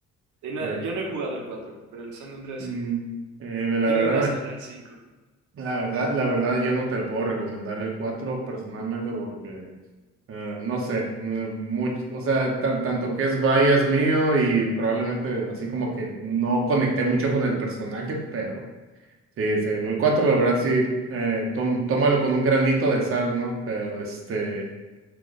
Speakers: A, on the right (about 80°); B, on the right (about 45°).
A: Y no,
B: Eh,
A: yo no he jugado el 4 pero el San Andreas
B: mm,
A: sí.
B: eh,
A: Yo
B: la verdad.
A: de una salté al 5.
B: La verdad, la verdad, yo no te lo puedo recomendar el 4 personalmente porque eh, no sé, no- much- o sea, tan, tanto que es bias mío y probablemente así como que no conecté mucho con el personaje, pero sí, sí, el 4 la verdad sí, eh, tom- tómalo con un granito de sal, ¿no? Pero este,